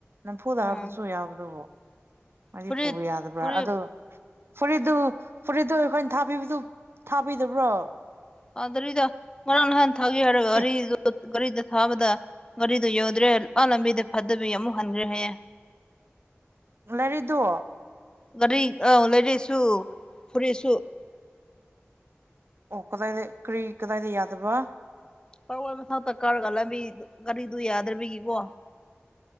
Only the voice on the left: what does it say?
ꯎꯝ
ꯐꯨꯔꯤꯠ
ꯐꯨꯔꯤꯠ
ꯊꯥꯗꯔꯤꯗ ꯉꯔꯥꯡ ꯉꯍꯥꯟ ꯊꯒꯦ ꯍꯥꯏꯔꯦꯒ
ꯑꯔꯤꯗ ꯣ ꯒꯥꯔꯤꯗ ꯊꯥꯕꯗ ꯒꯥꯔꯤꯗꯨ ꯌꯧꯗ꯭ꯔꯦ ꯑ ꯂꯝꯕꯤꯗ ꯐꯠꯇꯕꯤ ꯑꯃꯨꯛ ꯍꯟꯈ꯭ꯔꯦ ꯍꯥꯏꯌꯦ
ꯒꯥꯔꯤ ꯑ ꯂꯥꯏꯔꯤꯁꯨ ꯐꯨꯔꯤꯁꯨ
ꯄꯔꯋꯥ ꯃꯊꯥꯛꯇ ꯀꯥꯔꯒꯂꯝꯕꯤ ꯒꯥꯔꯤꯗꯨ ꯌꯥꯗ꯭ꯔꯕꯤꯒꯤꯀꯣ